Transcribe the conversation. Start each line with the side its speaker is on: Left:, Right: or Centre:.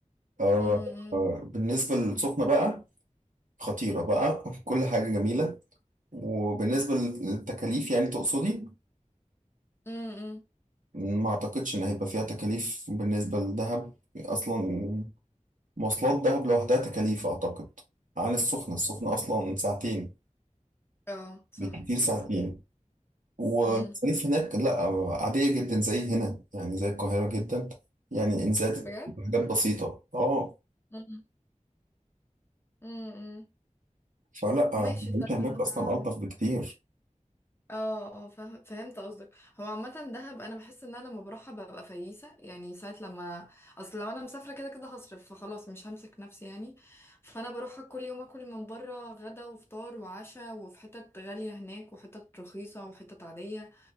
Right: آه
Left: امم
Right: آه، بالنسبه للسخنه بقى خطيره بقى <laughs> كل حاجه جميله وبالنسبه للتكاليف يعني تقصدي
Left: امم
Right: ما اعتقدش ان هيبقى فيها تكاليف بالنسبه لدهب اصلا مواصلات دهب لوحدها تكاليف اعتقد عن السخنه السخنه اصلا ساعتين
Left: اه صح
Right: بالكتير ساعتين
Left: صح
Right: والمصاريف
Left: امم
Right: هناك لا عادية جدا زي هنا يعني زي القاهرة جدا يعني إن زادت
Left: بجد
Right: حاجات بسيطة اه
Left: امم امم
Right: فلا
Left: ماشي
Right: العيشة
Left: طب
Right: هناك
Left: انا
Right: أصلا ألطف بكتير
Left: اه اه فاهم فهمت قصدك هو عامة دهب انا بحس ان انا لما بروحها ببقى فييسة يعني ساعة لما اصل لو انا مسافرة كده كده هصرف فخلاص مش همسك نفسي يعني فانا بروحها كل يوم اكل من بره غدا وفطار وعشاء وفي حتت غالية هناك وحتت رخيصة وحتت عادية